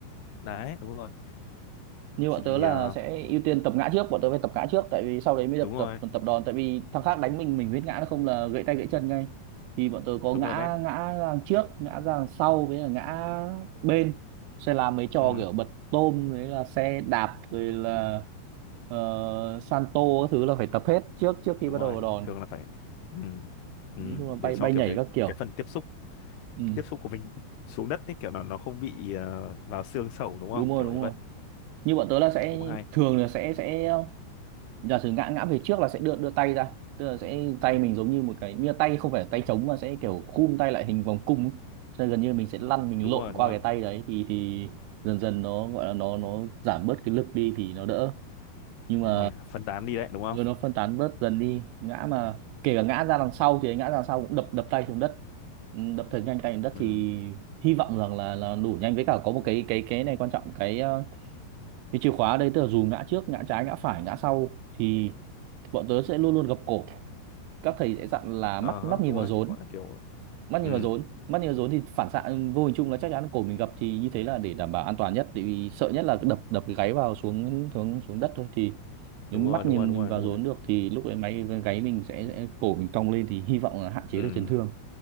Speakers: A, on the left; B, on the right.
A: đấy đúng rồi
B: như
A: thì
B: bọn tớ là
A: ờ,
B: sẽ ưu tiên tập ngã trước bọn tớ phải tập ngã trước tại vì sau đấy mới được
A: đúng rồi
B: tập tập đòn tại vì thằng khác đánh mình mình biết ngã nó không là gãy tay gãy chân ngay thì bọn tớ có
A: đúng
B: ngã
A: rồi đấy
B: ngã ra trước ngã ra đằng sau với là ngã bên sẽ làm mấy trò
A: ừ,
B: kiểu bật tôm đấy là xe đạp rồi là ờ, Santo các thứ là phải tập hết trước trước khi
A: đúng
B: bắt
A: rồi
B: đầu vào đòn
A: thường là phải ừ, ừ,
B: nói chung là bay
A: để cho
B: bay
A: kiểu
B: nhảy
A: cái
B: các kiểu
A: cái phần tiếp xúc
B: ừ,
A: tiếp xúc của mình xuống đất ấy kiểu nó nó không bị ờ, vào xương sẩu đúng không
B: đúng rồi
A: kiểu
B: đúng
A: như vậy
B: rồi như bọn tớ là sẽ
A: cũng hay
B: thường là sẽ sẽ ờ, giả sử ngã ngã về trước là sẽ đưa đưa tay ra tức là sẽ tay mình giống như một cái như tay không phải tay trống mà sẽ kiểu khum tay lại hình vòng cung ấy. Cho nên gần như mình sẽ lăn mình
A: đúng
B: lộn
A: rồi đúng
B: qua
A: rồi
B: cái tay đấy thì thì dần dần nó gọi là nó nó giảm bớt cái lực đi thì nó đỡ nhưng
A: đúng
B: mà
A: rồi phân tán đi đấy đúng không
B: Ừ. ừ, nó phân tán bớt dần đi ngã mà kể cả ngã ra đằng sau thì ngã ra đằng sau cũng đập đập tay xuống đất Ừ, đập thật nhanh tay xuống đất
A: ừ
B: thì hy vọng rằng là là đủ nhanh với cả có một cái cái cái này quan trọng cái ờ, cái chìa khóa ở đây tức là dù ngã trước ngã trái ngã phải ngã sau thì bọn tớ sẽ luôn luôn gập cổ các thầy sẽ dặn là
A: ờ
B: mắt mắt
A: hả,
B: nhìn
A: đúng
B: vào
A: rồi
B: rốn
A: gọi là kiểu
B: mắt nhìn
A: ừ
B: vào rốn mắt nhìn vào rốn thì phản xạ vô hình chung là chắc chắn cổ mình gập thì như thế là để đảm bảo an toàn nhất tại vì sợ nhất là cứ đập đập cái gáy vào xuống xuống xuống đất thôi thì nếu
A: đúng
B: mắt
A: rồi đúng
B: nhìn
A: rồi đúng
B: mình
A: rồi
B: vào
A: đúng
B: rốn
A: rồi
B: được thì lúc ấy máy gáy mình sẽ, sẽ cổ mình cong lên thì hy vọng là hạn chế
A: ừ
B: được chấn thương